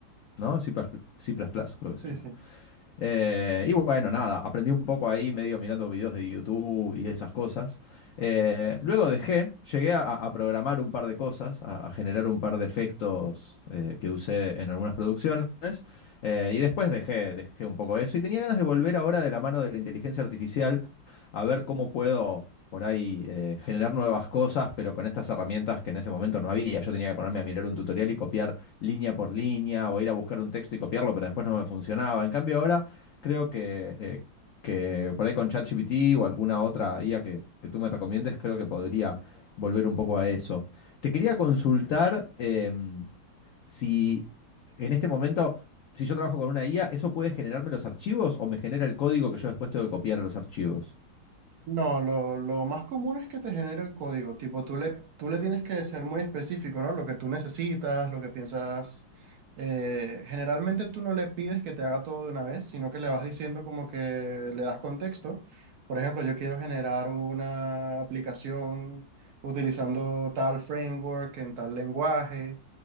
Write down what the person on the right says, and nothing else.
Sí,
sí.
No, lo, lo más común es que te genere el código. Tipo, tú le, tú le tienes que ser muy específico, ¿no? Lo que tú necesitas, lo que piensas. Eh, generalmente tú no le pides que te haga todo de una vez, sino que le vas diciendo como que le das contexto. Por ejemplo, yo quiero generar una aplicación utilizando tal framework en tal lenguaje.